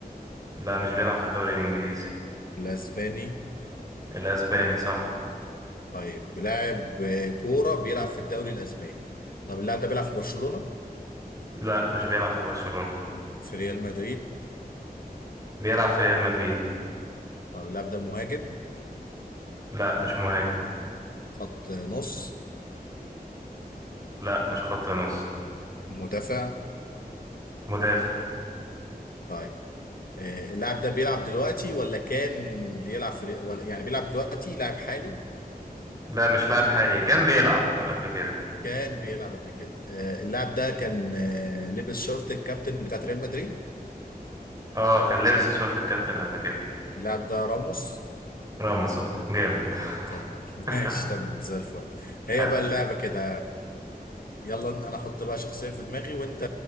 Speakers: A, on the right (about 20°); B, on the left (about 65°).
A: لا مش بيلعب في الدوري الإنجليزي
B: الأسباني
A: الأسباني صح
B: طيب بيلعب آه، كورة بيلعب في الدوري الأسباني طب اللاعب ده بيلعب في برشلونة
A: لا مش بيلعب في برشلونة
B: في ريال مدريد
A: بيلعب في ريال مدريد
B: طب اللاعب ده مهاجم
A: لا مش مهاجم
B: خط نص
A: لا مش خط نص
B: مدافع
A: مدافع
B: طيب آه، اللاعب ده بيلعب دلوقتي ولا كان بيلعب في ولا يعني بيلعب دلوقتي لاعب حالي
A: لا مش لاعب حالي كان بيلعب قبل كده
B: كان بيلعب قبل كده آه، اللاعب ده كان آه، لبس شورت الكابتن بتاعت ريال مدريد
A: اه كان لابس شورت الكابتن قبل كده
B: اللاعب ده راموس
A: راموس اه جامد
B: تمام <laughs>
A: <laughs>
B: ماشي تمام زي الفل هي
A: أس-
B: بقى اللعبة كده يلا انا احط بقى شخصية في دماغي وانت